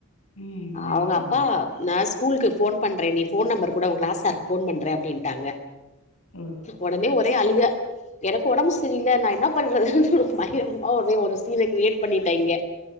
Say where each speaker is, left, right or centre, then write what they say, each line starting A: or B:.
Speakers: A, on the left; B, on the left.
A: ம், ம்,
B: அவுங்கப்பா
A: ம்.
B: நா ஸ்கூலுக்கு ஃபோன் பண்றே நீ ஃபோன் நம்பரு குடே ஓ கிளாஸ் சார்க்கு ஃபோன் பண்றே அப்டின்டாங்க
A: ஓகே.
B: ஒடனே ஒரே அழுக எனக்கு ஒடம்பு சரியில்ல நா என்னா பண்றதுனு பயங்கரமா ஒரே ஒரு சீன கிரியேட் பண்ணிட்டாய்ங்க